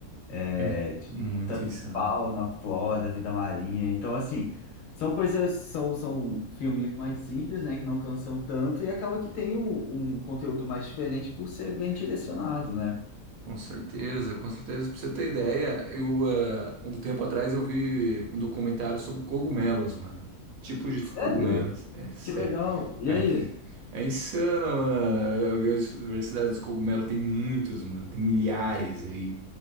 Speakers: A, on the left (about 65°); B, on the right (about 75°).
A: é,
B: É muito
A: tanto
B: insano.
A: em fauna, flora, vida marinha. Então, assim, são coisas, são, são filminhos mais simples, né, que não cansam tanto e acaba que tem um, um conteúdo mais diferente por ser bem direcionado, né?
B: Com certeza, com certeza. Pra você ter ideia, eu, ah, um tempo atrás eu vi um documentário sobre cogumelos, mano. Tipos de
A: Sério?
B: cogumelos. É sério.
A: Que legal. E
B: É,
A: aí?
B: é insano, mano. Eu vi a diversidade dos cogumelos. Tem muitos, mano. Tem milhares aí.